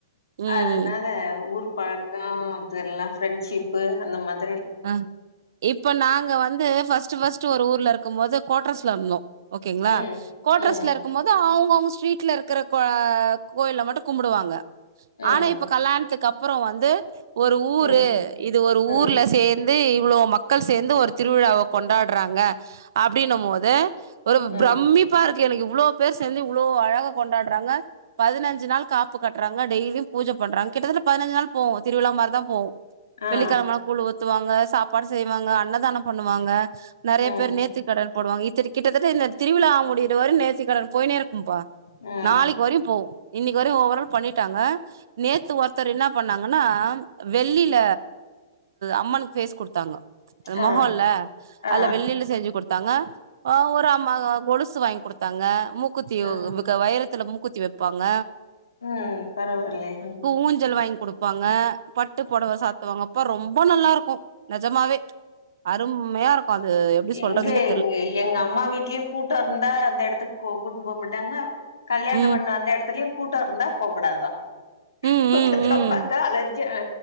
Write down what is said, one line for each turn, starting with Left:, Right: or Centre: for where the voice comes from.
Right: ம்
Left: அதனால ஊரு பழக்கம் அது எல்லா ஃப்ரெண்ஷிப்பு அந்த மாரி
Right: அஹ இப்ப நாங்க வந்து ஃபர்ஸ்ட் ஃபர்ஸ்ட் ஒரு ஊர்ல இருக்கு இருக்கு போது குவோட்ரஸ்ல இருந்தோ ஓகேங்களா
Left: ம்
Right: கோட்ரஸ்ல
Left: ம்
Right: இருக்கும் போது அவங்க அவங்க ட்ரீட்ல இருக்கிற அ கோயில மட்டும் கும்புடுவாங்க
Left: ம்
Right: ஆனா இப்ப கல்லாணத்துக் அப் அப்புறோ வந்து ஒரு ஊரு
Left: ம்
Right: இது ஒரு
Left: ம்
Right: ஊர்ல வந்து இவ்ளோ மக்கள் சேர்ந்து ஒரு திருவிழாவ கொண்டாற்றாங்க அப்டின்னு
Left: ம்
Right: போது ஒரு
Left: ம்
Right: பிரம்மிப்பா இருக்கு எனக்கு இவ்ளோ பேர் சேந்து இவளோ அழகா கொண்டாடுறாங்க பதினஞ்சு நாள் காப்பு கட்டுறாங்க டெய்லியு பூஐ பண்ணுறாங்க கிட்டத்தட்ட பதினஞ்சு நாள் போவோ திருவிழா மாரி தா போவோ
Left: ஆ
Right: வெள்ளிக்கழமனா கூல் வூத் ப்பாங்க சாப்பாடு செய்வாங்க அன்னதானம் பண்ணுவாங்க நெறைய
Left: ம்
Right: பேர் நேத்தி கடன் போடுவாங்க ஈத் கிட்டத்தட்ட இந்த திருவிழா முடியறவர நேர்த்தி கடன் போய்னே ருக் பா
Left: ம்
Right: நாளைக்கு வரைக்கு போவு இன்னிக்கு வரையு ஒவ்வொருநாள் பண்ணிட்டாங்க நேத்து ஒருத்தர் என்ன பண்ணாங்கன்னா வெள்ளில அம்மனுக்கு ஃபேஸ் கொடு தாங்க அ
Left: ஆ
Right: முகல்ல
Left: ஆ ஆ
Right: அதுல்ல வெள்ளில செஞ்சு கொடு தாங்க ஆ ஒரு அம்மா கொலுசு வாங் குடுத்தாங்க மூக் குத்தி
Left: ஆ
Right: வு வைரத்துல மூக் குத்தி வப்பாங்க
Left: ம் பரவால்லியே
Right: ஊஞ்சல் வாங்கி குடுப்பாங்க பட்டு புடவ சாத்துவாங்க பறோம் ரொம்ப நல்லா இருக்கு நெஜமாவே அரும்மையா இருக்கு அது எப்டி சொல்றதுன்னே
Left: எங்கே
Right: தெர்ல
Left: எங்க எங்க அம்மா வீட்லயு கூட்டோ இருந்தா அந்த இடத்துக்கு கூட்னுபோ ப்போட்டாங்க கல்யாணம்
Right: ம்
Left: பண்ண அந்த இடத்துலயும் கூட்டோ இருந்தா போக்கூடாதுதா
Right: ம்
Left: கூட்டத்த
Right: ம் ம்
Left: பாத்தா அலர்ஜிய அ